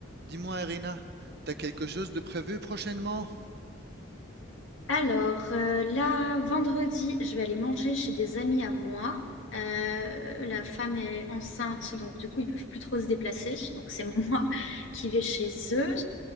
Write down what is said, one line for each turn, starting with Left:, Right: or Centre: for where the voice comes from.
Right: Dis-moi, Irina, t'as quelque chose de prévu prochainement?
Left: Alors, euh, là, vendredi, je vais aller manger chez des amis à moi. Euh, la femme est enceinte, donc du coup, ils peuvent plus trop se déplacer. Donc, c'est <laughs> moi qui vais chez eux.